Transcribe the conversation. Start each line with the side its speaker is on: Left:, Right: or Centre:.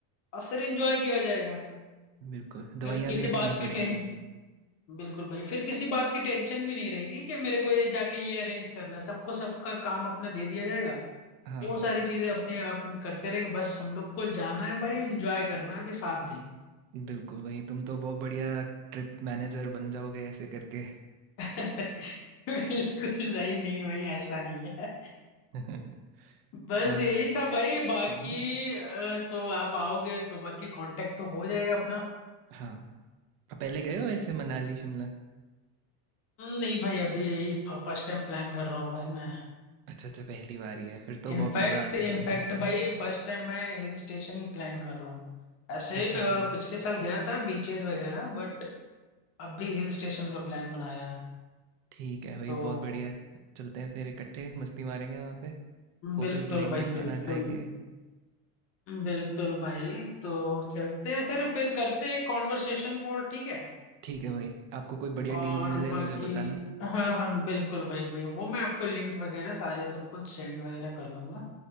Left: और फिर एंजॉय किया जाएगा
Right: बिल्कुल दवाइयाँ
Left: फिर किसी
Right: भी
Left: बात
Right: रखनी
Left: की
Right: पड़ेंगी
Left: टें बिल्कुल भाई फिर किसी बात की टेंशन भी नहीं रहेगी कि मेरे को ये जाके ये अरेंज करना है। सबको सबका काम अपना दे दिया जाएगा
Right: हाँ
Left: वो सारी चीजें अपने आप करते रहेंगे बस हम लोग को जाना है भाई एंजॉय करना है अभी सात दिन
Right: बिल्कुल भाई तुम तो बहुत बढ़िया ट्रिप मैनेजर बन जाओगे ऐसे करके
Left: <laughs> बिल्कुल नहीं नहीं भाई ऐसा नहीं है
Right: <laughs>
Left: बस
Right: और
Left: यही था भाई बाकी
Right: हम्म,
Left: अ, तो आप आओगे तो बाकी कांटेक्ट तो हो जाएगा अपना
Right: हाँ अब पहले गए हो ऐसे मनाली शिमला
Left: नहीं भाई अभी यही फर्स्ट टाइम प्लान कर रहा हूँ भाई मैं
Right: अच्छा अच्छा पहली बार ही है फिर तो
Left: इनफैक्ट
Right: बहुत मज़ा आने
Left: इनफैक्ट
Right: वाला है
Left: भाई फर्स्ट टाइम मैं हिल स्टेशन ही प्लान कर रहा हूँ ऐसे
Right: अच्छा
Left: अ,
Right: अच्छा
Left: पिछले साल गया था बीचेस वगैरह बट अभी हिल स्टेशन का प्लान बनाया है
Right: ठीक है भाई
Left: तो
Right: बहुत बढ़िया चलते हैं फिर इकट्ठे मस्ती मारेंगे वहाँ पे फोटोज
Left: बिल्कुल
Right: लेंगे
Left: भाई
Right: खाना
Left: बिल्कुल
Right: खाएंगे
Left: बिल्कुल भाई तो चलते हैं फिर फिर करते हैं कॉन्वर्सेशन कॉल ठीक है
Right: ठीक है भाई आपको कोई बढ़िया
Left: और
Right: डील्स मिले
Left: बाकी
Right: मुझे बताना
Left: हाँ हाँ बिल्कुल भाई भाई वो मैं आपको लिंक वगैरह सारे सब कुछ सेंड वगैरह कर दूंगा